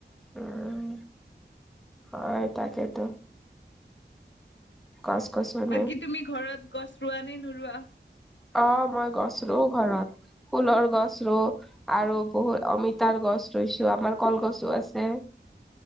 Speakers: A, in the centre; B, on the left.
A: উম হয় তাকেতো। গছ গছনি
B: বাকী তুমি ঘৰত গছ ৰোৱা নে নোৰোৱা।
A: অ মই গছ ৰো ঘৰত। ফুলৰ গছ ৰো আৰু বহুত অমিতাৰ গছ ৰোইছো আমাৰ কলগছো আছে।